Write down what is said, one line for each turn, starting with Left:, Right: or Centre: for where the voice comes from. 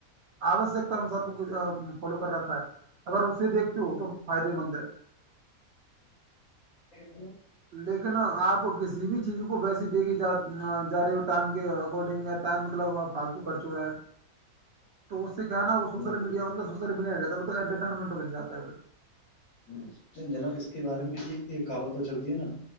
Right: <unintelligible> آوشکتا انسار کوھ فالو کر رکھا ہے اگر اسے دیکھتے ہو تو فائدے مند ہے
Left: گیا
Right: لیکن آپ کس کسی بھی چیزوں کو ویسی دیکھیے جا جا رہی ہو ٹائم کے اکارڈنگ یا ٹائم مطلب فالتو خرچ ہو رہا ہے تو اس اس کہناا وہ
Left: ہوں
Right: سوشل مڈیا مطلب س جاتا ہے تو انٹرٹینمنٹ بن جاتا ہے پھر
Left: ہ جناب اس کے بارے میں ایک ایک کہاوا تو چلتی ہے نا